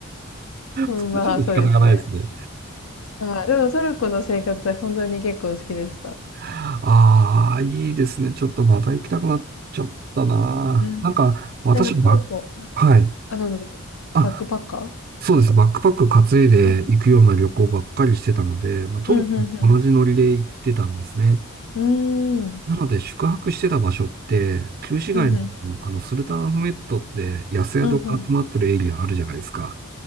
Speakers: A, on the left; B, on the right.
A: <laughs>
B: れはちょっと仕方がないですね。
A: うん、まあそうですね。はい。でもトルコの生活は本当に結構好きでした。
B: ああ、いいですね。ちょっとまた行きたくなっちゃったな。
A: うん。
B: なんか、私、
A: なんかトルコ、
B: ば、
A: はい
B: はい。
A: あ、どうぞどうぞ。
B: あ、
A: バックパッカーですか
B: そうです。バックパック担いで行くような旅行ばっかりしてたので、
A: うんう
B: まあ、トルコも同じノリで行ってたんですね。
A: ん、うん、うんうん。うーん。
B: なので、宿泊してた場所って、旧市街の、
A: うん、うん。
B: あの、スルタンアフメットって安宿が集まってるエリアあるじゃないですか。
A: うん、うん。